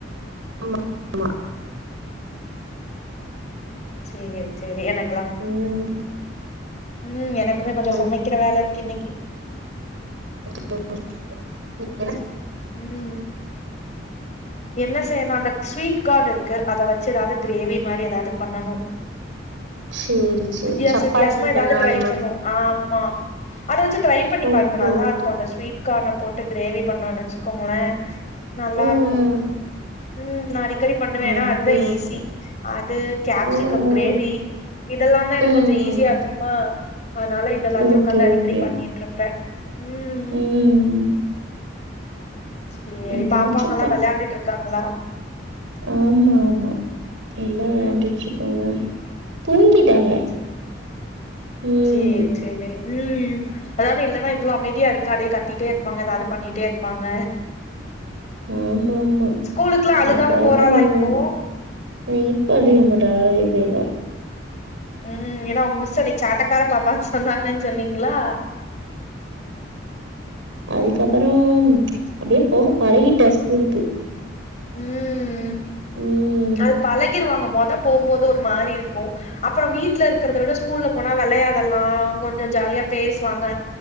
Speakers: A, on the right; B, on the left.
A: ஆமா ஆமா
B: சேரி சேரி எனக்கலா
A: ம்
B: ம் எனக்குமே கொஞ்சோ
A: நான்
B: சமைக்கிற வேல இருக்கு இன்னக்கி
A: <unintelligible>
B: ம் என்ன செய்யணு அந்த ஸ்வீட் கார்ன் இருக்கு அத வச்சு எதாது கிரேவி மாரி எதாது பண்ணனு
A: சேரி சேரி
B: வித்யாச
A: சப்பாத்தி
B: வித்யாசமா
A: இல்ல
B: எதாது
A: நான்
B: ட்ரை
A: மாரி
B: பண்ணுவோ ஆமா அத வச்சு ட்ரை பண்ணி
A: ஓகே
B: பாருங்க நல்லா
A: ஓகே
B: இருக்கு அந்த ஸ்வீட் கார்ன போட்டு கிரேவி பண்ணோனு வச்சுக்கோங்களே நல்லாருக்கு
A: ம் ம்
B: ம் நா அடிக்கடி பண்ணுவேனா
A: ஓகே
B: அதுதா ஈஸி
A: ஓகே
B: அது கேப்சிகம்
A: ம்
B: கிரேவி இதெல்லா தா எனக்கு
A: ம்
B: கொஞ்சோ
A: ம்
B: ஈஸியா இருக்கு ஆ அதனால இத எல்லாத்தையு
A: ஓகே
B: ஒக்காந்து அடிக்கடி
A: ஓகே
B: பண்ணிட்டு இருப்பே ம்
A: ம்
B: சேரி
A: ஏதாச்சு
B: பாப்பாங்களா வெளான்ட்டுட்டு இருக்காங்களா
A: ஆமாமா எல்லா வெளாண்டுட்ருக்காங்க
B: ம்
A: தூங்கிட்டாங்க
B: சேரி
A: ம்
B: சேரி சேரி ம் அதானே இல்லன்னா இவ்ளோ அமைதியா இருக்காதே கத்திட்டே இருப்பாங்க எதாது பண்ணிட்டே இருப்பாங்க
A: ஆமாமா
B: ஸ்கூலுக்குல்லா அழுகாம
A: ஆர்பாட்டம்
B: போறாளா
A: பண்ணுவாங்க
B: இப்போ
A: நா இப்ப அடிக்க மாட்டே அவளாவே போயிருவா
B: ம் ஏனா அவுங்க மிஸ் அன்னைக்கி சேட்டை கார பாப்பானு சொன்னாங்கனு சொன்னீங்களா
A: அதுக்கப்றோ அப்டியே போக பழகிட்டா ஸ்கூலுக்கு
B: ம்
A: ம்
B: அது பழகிருவாங்க மொத போம் போது ஒரு மாதிரி இருக் கு அப்புறோ வீட்ல இருக்றத விட ஸ்கூல்ல போனா வெளையாடலா கொஞ்சோ ஜாலியா பேசுவாங்க